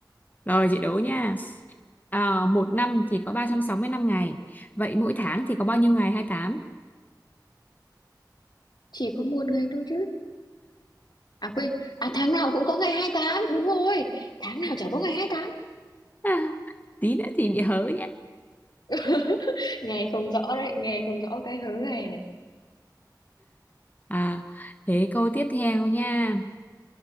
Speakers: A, on the left; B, on the left.
A: Rồi chị đố nha. À, một năm thì có 365 ngày. Vậy mỗi tháng thì có bao nhiêu ngày Hai mươi tám.
B: Chỉ có một ngày thôi chứ. À quên, à tháng nào cũng có ngày hai tám đúng rồi. Tháng nào chả có ngày hai tám
A: <laughs> tí nữa thì bị hớ
B: <laughs> Nghe không rõ đấy, nghe không rõ cái hớ này này.
A: À, thế câu tiếp theo nha.